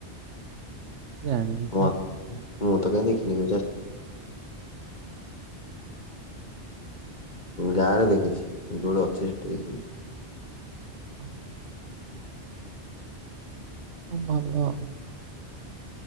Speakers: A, on the right; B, on the left.
A: ଜାଣିନି
B: ହ
A: ବା।
B: ମୁଁ ତ କାଇହିଁ ଦେଖିନି ଗାଁ ରେ ଦେଖିଛି ଯୋଉଠି ଅଛି ସେଠି ଦେଖିନି।
A: ଓ। ଖୁବ୍ ଭଲ।